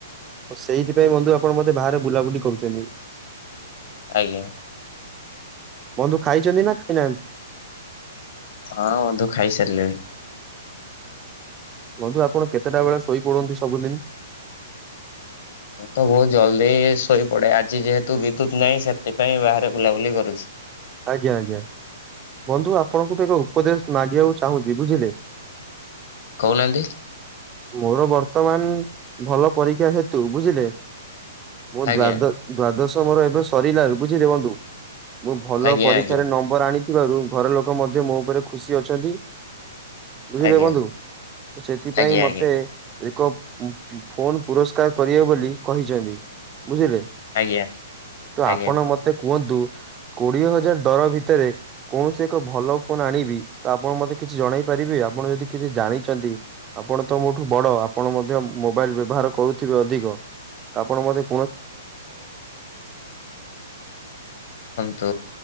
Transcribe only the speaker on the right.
ସେଇଥିପାଇଁ ବନ୍ଧୁ ଆପଣ ମତେ ବାହାରେ ବୁଲାବୁଲି କରୁଛନ୍ତି।
ବନ୍ଧୁ ଖାଇଛନ୍ତି ନା ଖାଇନାହାନ୍ତି?
ବନ୍ଧୁ ଆପଣ କେତେଟା ବେଳେ ଶୋଇପଡନ୍ତି ସବୁଦିନ?
ଆଜ୍ଞା ଆଜ୍ଞା ବନ୍ଧୁ ଆପଣଙ୍କୁ <unintelligible> ଉପଦେଶ ମାଗିବାକୁ ଚାହୁଁଛି ବୁଝିଲେ?
ମୋର ବର୍ତ୍ତମାନ ଭଲ ପରୀକ୍ଷା ହେତୁ ବୁଝିଲେ? ମୁଁ
ଦ୍ଵାଦ ଦ୍ଵାଦଶ ମୋର ଏବେ ସରିଲା ବେଳକୁ ବୁଝିଲେ ବନ୍ଧୁ? ମୁଁ ଭଲ
ପରୀକ୍ଷାରେ
ନମ୍ବର ଆଣିଥିବାରୁ ଘର ଲୋକ ମଧ୍ୟ ମୋ ଉପରେ ଖୁସି ଅଛନ୍ତି। ବୁଝିଲେ
ବନ୍ଧୁ ତ ସେଥିପାଇଁ
ମତେ
ଏକ ଫୋନ ପୁରସ୍କାର କରିବେ ବୋଲି କହିଛନ୍ତି। ବୁଝିଲେ
ତ
ଆପଣ ମତେ କୁହନ୍ତୁ କୋଡିଏ ହଜାର ଦର ଭିତରେ କୌଣସି ଏକ ଭଲ ଫୋନ ଆଣିବି ତ ଆପଣ ମତେ କିଛି ଜଣେଇ ପାରିବେ ଆ ଆପଣ ଯଦି କିଛି ଜାଣିଛନ୍ତି ଆପଣ ତ ମୋଠୁ ବଡ ଆପଣ ମଧ୍ୟ ମୋବାଇଲ ବ୍ୟବହାର କରୁଥିବେ ଅଧିକ। ଆପଣ ମୋତେ